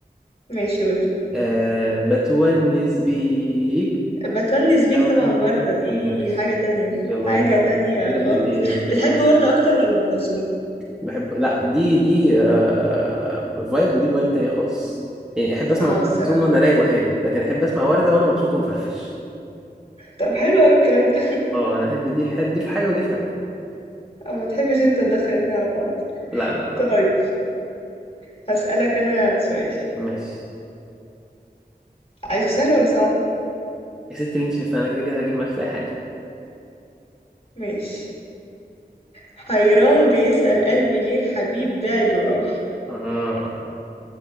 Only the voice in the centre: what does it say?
آه بتونس بيك
تمام
ماشي
يلا
دي
دي
بندي آه،
بحب لا دي دي آه... فايب ودي فايب تانية خالص يعني احب اسمع
ام كلثوم
وانا رايق وهادي لكن احب اسمع وردة وانا مبسوط ومفرفش
اه انا احب دي في حاجة دي في حاجة ودي في حاجة
لا لا لا
ماشي
يا ستي اللي انت شايفاه انا كده كده هجيب معاكي في اي حاجة
اه